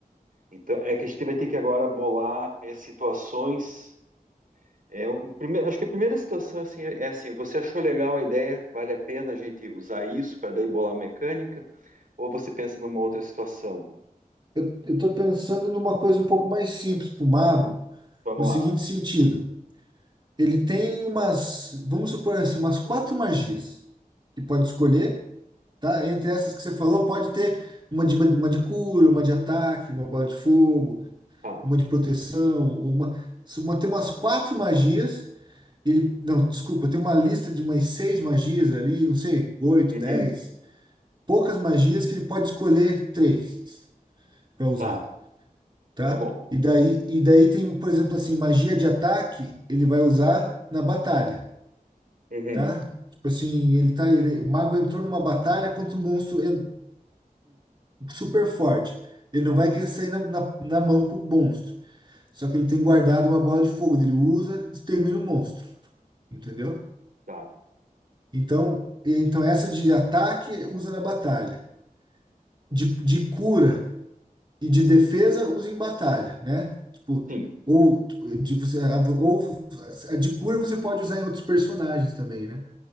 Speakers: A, on the right (about 65°); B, on the right (about 30°).
A: Então, é que a gente vai ter que agora bolar é, situações. É, o prime- acho que a primeira situação assim, é é assim, você achou legal a ideia, vale a pena a gente usar isso para daí bolar a mecânica, ou você pensa numa outra situação?
B: Eu estou pensando numa coisa um pouco mais simples para o mago,
A: Vamos
B: no seguinte
A: lá.
B: sentido. Ele tem umas, vamos supor assim, umas quatro magias que pode escolher tá? Entre essas que você falou, pode ter uma de, uma de cura, uma de ataque, uma bola de fogo,
A: Tá.
B: uma de proteção, uma, se uma tem umas quatro magias. Ele, não, desculpa, tem uma lista de umas seis magias ali, não sei, oito,
A: Uhum.
B: dez, poucas magias que ele pode escolher três para usar,
A: Tá.
B: tá?
A: Tá bom.
B: E daí, e daí tem, por exemplo, assim, magia de ataque, ele vai usar na batalha,
A: Uhum.
B: tá? Tipo assim, ele tá, ele, o mago entrou numa batalha contra o monstro ele- super forte. Ele não vai querer sair na, na, na mão com o monstro. Só que ele tem guardado uma bola de fogo. Ele usa, extermina o monstro. Entendeu?
A: Tá.
B: Então, então essa de ataque usa na batalha. De, de cura e de defesa usa em batalha, né? Tipo,
A: Sim.
B: ou tipo, de, você, ou a de cura você pode usar em outros personagens também, né?